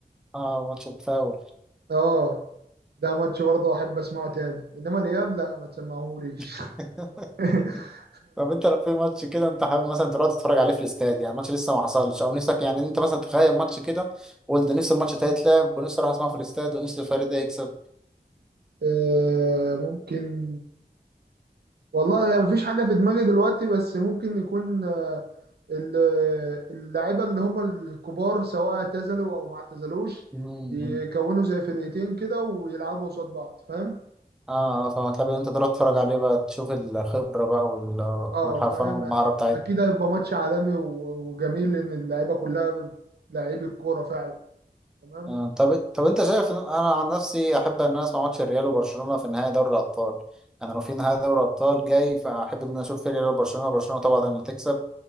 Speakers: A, in the centre; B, on the right.
A: اه ماتش التفاول
B: اه ده ماتش برضه احب اسمعه تاني انما الاياب لا ما تسمعهوليش
A: <laughs>
B: <laughs>
A: طب انت لو في ماتش كده انت حابب مثلا تروح تتفرج عليه في الاستاد يعني ماتش لسه ما حصلش او نفسك يعني انت مثلا تخيل ماتش كده وقلت نفسي الماتش ده يتلعب ونفسي اروح اسمعه في الاستاد ونفسي الفريق ده يكسب
B: آه، ممكن والله ما فيش حاجه في دماغي دلوقتي بس ممكن يكون آه، ال- اللعيبه اللي هم الكبار سواء اعتزلوا او ما اعتزلوش
A: مم.
B: يكونوا زي فرقتين كده ويلعبوا قصاد بعض فاهم
A: اه اه فما تحب ان انت تروح تتفرج عليه بقى تشوف الخبرة بقى وال-
B: اه
A: والحرفنة
B: فاهم
A: والمهارة بتاعتهم
B: اكيد هيبقى ماتش عالمي و- وجميل لان اللعيبه كلها لعيبه كوره فعلا تمام
A: آه، طب طب انت شايف إن- انا عن نفسي احب ان انا اسمع ماتش الريال وبرشلونه في نهائي دوري الابطال انا لو في نهائي دوري الابطال جاي فاحب ان انا اشوف في ريال وبرشلونه وبرشلونه طبعا اللي تكسب